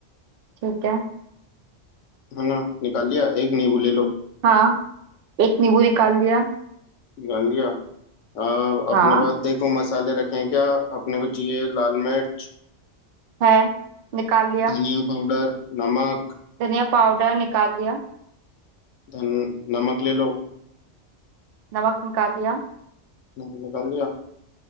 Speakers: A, on the right; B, on the left.
A: ठीक है
B: है ना निकाल लिया एक नींबू ले लो
A: हाँ एक नींबू निकाल लिया
B: निकाल लिया अब अपने
A: हाँ
B: पास देखो मसाले रखे हैं क्या अपने को चाहिए लाल मिर्च
A: है निकाल लिया
B: धनिया पाउडर नमक
A: धनिया पाउडर निकाल लिया
B: धन नमक ले लो
A: नमक निकाल लिया
B: नमक निकाल लिया